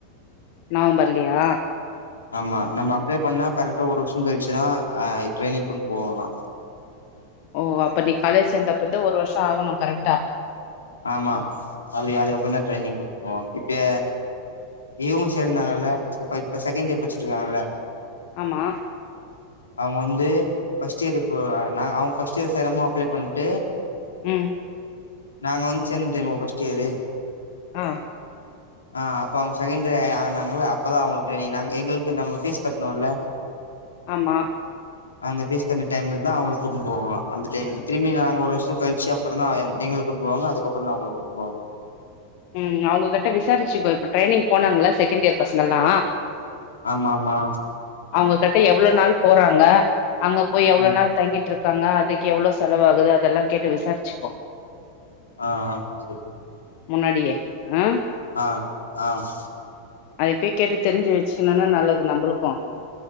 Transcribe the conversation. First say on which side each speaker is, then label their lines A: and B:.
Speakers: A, on the left; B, on the left.
A: நவம்பர்லியா
B: ஆமா நம்ம அப்ளை பண்ணா கரெக்டா ஒரு வருஷோ கழிச்சுதா அ ட்ரெயனிங் கூட்ன் போவாங்ளா
A: ஓ அப்ப நீ காலேஜ் சேந்தப்பந்து ஒரு வருஷோ ஆகணு கரெக்டா
B: ஆமா அவரு அதுக்கப்றோ தா ட்ரரைனிங் குடுப்போ இப்ப இவு சேர்ந்னால இப்ப இப்ப செகண்டியர் பச்சிட்ருக்காங்ள இருக்காங்கல்ல
A: ஆமா
B: அவங்க வந்து ஃபர்ஸ்ட் இயர் இப்போ நா அவங்க ஃபஸ்ட் இயர் சேர மோது அப்ளை பண்ணிட்டு
A: உம்
B: நாங்க வந்து சேந்தோ தெரியுமா ஃபஸ்ட் இயரு
A: ஆஹ்
B: ஆஹ் அப்ப அவங்க செகண்டரி ஆங்கனாங்கல அப்பதா அவங்களுக்கு ட்ரைனிங் நா எங்களுக்கு நம்ம ஃபீஸ் கட்னோல்ல
A: ஆமா
B: அந்த பேஸ் பண்ண டைம்லதா அவுங்க கூட்ண்னு போவாங்லா அந்த டைம்க்கு திரும்பி நாங்க ஒரு வருஷோ கழிச்சு அப்புறோ தா எ எங்ளுக் கூப்ட்டு போவாங்க அதுக்கப்புற தா நா உங்கள கூட்டுபோவோ
A: உம் அவங்ககிட்ட விசாரிச்சு போய்ப்ப ட்ரைனிங் போனாங்ளா செகண்ட் இயர் பசங் னல்லா
B: ஆமா ஆமா
A: அவுங்க கிட்ட எவ்ளோவு நாள் போறாங்க அங்க போய் எவ்ளோ
B: ம்
A: நாள் தங்கிட்டுருக் க்காங்க அதுக்கே எவ்ளோவு செலவாகுது அதெல்லா கேட்டு விசாரிச்சுக்கோ
B: ஆ ஆ செரி
A: முன்னாடியே ஆ
B: ஆஹ் ஆஹ்
A: அதப் பேய் கேட்டு தெரிஞ்சு வச்சுக்கணுன்னா நல்லதுல நம்மளுக்கு